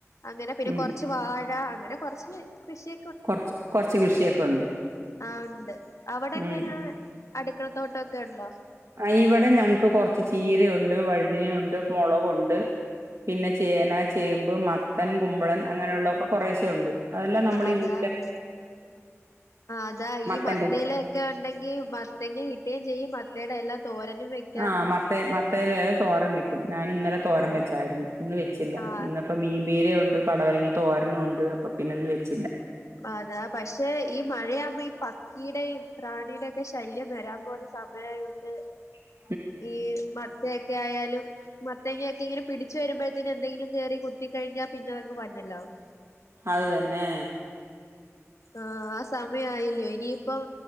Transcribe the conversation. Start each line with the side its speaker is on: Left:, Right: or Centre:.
Left: അങ്ങനെ പിന്നെ
Right: ഉം
Left: കുറച്ച് വാഴ അങ്ങനെ കുറച്ച് കൃഷി
Right: കൊറച്ച് കൊറച്ച് കൃഷിയൊക്കെ ഉണ്ട്
Left: ആഹ് ഉണ്ട് അവിടെ എങ്ങനെ
Right: ഉം
Left: അടുക്കളത്തോട്ടംക്കെ ഉണ്ടോ
Right: ആഹ് ഇവിടെ ഞങ്ങക്ക് കുറച്ച് ചീരയുണ്ട് വഴുതനുണ്ട് മുളകുണ്ട് പിന്നെ ചേന ചേമ്പ് മത്തൻ കുമ്പളൻ അങ്ങനെയുള്ളതൊക്കെ കുറേശ ഉണ്ട് അതെല്ലാം നമ്മൾ ഈ
Left: അതാ
Right: വീ
Left: ആഹ് അതാ
Right: മത്തന്റെ
Left: ഈ മത്തേ ഒക്കെ ഉണ്ടെങ്കിൽ മത്തങ്ങി കിട്ടുകയും ചെയ്യും മത്തയുടെ എല്ലാ തോരനും വെക്കാം
Right: ആഹ് മത്ത മത്തേൽ തോരം വക്കും ഞാൻ ഇന്നലെ തോരം
Left: ആ
Right: വെച്ചായിരുന്നു ഇന്ന് വെച്ചില്ല
Left: ആ
Right: ഇന്ന് അപ്പൊ മീൻപീര ഉണ്ട് പടവലങ്ങിയ തോരനും ഉണ്ട് അപ്പൊ പിന്നെ ഇന്ന് വെച്ചില്ല
Left: അതാ പക്ഷെ ഈ മഴയാുമ്പോ ഈ പക്കിയുടെയും പ്രാണിയുടെൊക്കെ ശല്യം വരാൻ പോന്ന് സമയമായൊണ്ട്
Right: ഉം
Left: ഈ മത്തയൊക്കെ ആയാലും മത്തേങ്ങൊക്കെ ഇങ്ങനെ പിടിച്ചച്ച് വരുമ്പോഴത്തേന് എന്തെങ്കിലും കേയറി കുത്തി കഴിഞ്ഞാൽ പിന്നെ അങ് പന്നലാവും
Right: അത് തന്നെ
Left: ആഹ് ആഹ് സമയയില്ലോ ഇനിയിപ്പം